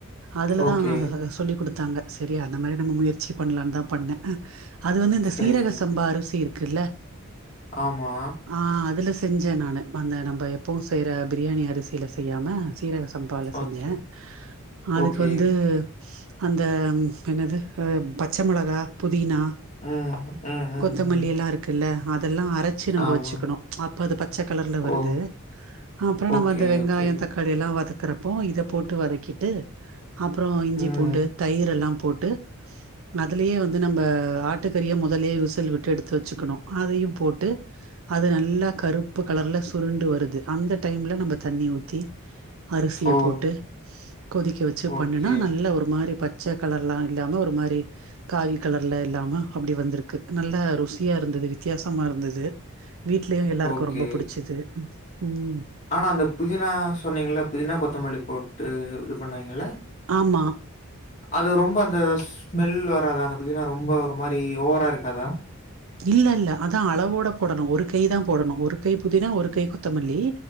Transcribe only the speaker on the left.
ஓகே.
சரி,
சரி,
சரி.
ஆமா
ஓகே,
ஓகே.
ம், ம், ம்,
ம்.
ஆமா.
ஓ!
ஓகே,
ஓகே.
ம்.
ஓ!
ஓகே,
ஓகே.
ஆனா அந்த புதினா சொன்னீங்கல்ல புதினா கொத்தமல்லி போட்டு இது பண்ணுவீங்கல்ல.
அது ரொம்ப அந்த ஸ்மெல் வராதா அந்த புதினா ரொம்ப ஒரு மாறி ஓவரா இருக்காதா